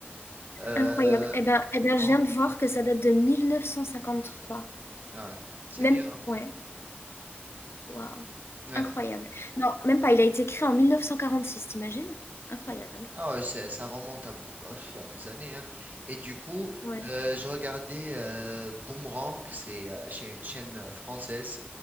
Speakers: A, on the right; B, on the left.
A: Euh,
B: incroyable. Eh ben, eh ben,
A: en-
B: je viens de voir que ça date de 1953.
A: ah ouais, c'est
B: Même,
A: vieux, hein?
B: ouais, waouh,
A: Ouais.
B: incroyable. Non, même pas, il a été créé en 1946, t'imagines? Incroyable.
A: Ah ouais, c'est- ça remonte à, bou- à f- à des années, hein. Et du coup,
B: Ouais.
A: euh, je regardais euh, Boomerang, c'est euh, chez une chaîne euh, française.